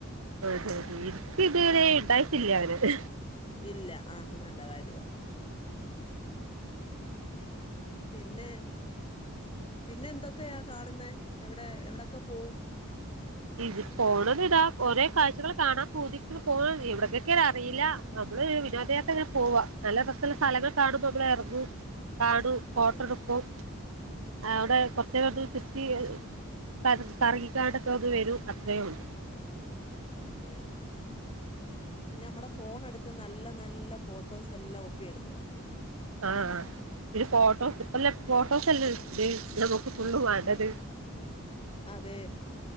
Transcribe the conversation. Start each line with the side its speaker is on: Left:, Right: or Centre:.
Right: അതെ അതെ എനിക്ക് ഇതുവരെ
Left: ഉം
Right: ഉണ്ടായിട്ടില്ല ഒരിത്
Left: ഇല്ല ആഹ് നല്ല കാര്യമാ പിന്നെ പിന്നെ എന്തൊക്കെയാ കാണുന്നെ എവിടെ എവിടൊക്കെ പോവും
Right: ഇത് പോണത്ഇതാ ഒരേ കാഴ്ചകൾ കാണാൻ <unintelligible> ഇവിടക്കൊക്കെആന്ന് അറിയില്ല നമ്മള് വിനോദയാത്രക്കാ പോവാ നല്ല രസുള്ള സ്ഥലങ്ങൾ കാണുമ്പോൾ നമ്മള് ഇറങ്ങും കാണും ഫോട്ടോ
Left: അതെ
Right: എടുക്കും അവിടെ കൊറച്ച് നേരമൊന്നു ചുറ്റി കറ കറങ്ങിക്കാണ്ട് ണ്ട് ഒന്ന് വരും അത്രയുള്ളു
Left: അത്രേ ഉള്ളു പിന്നെ നമ്മടെ ഫോൺ എടുത്ത് നല്ല നല്ല ഫോട്ടോസ് എല്ലാം ഒപ്പി എടുക്കണം
Right: ആ ആ ഇത് ഫോട്ടോസ് അല്ലേ ഫോട്ടോസല്ലേ ഇത് നമുക്ക് ഫുള്ള് വേണ്ടത്
Left: അതെ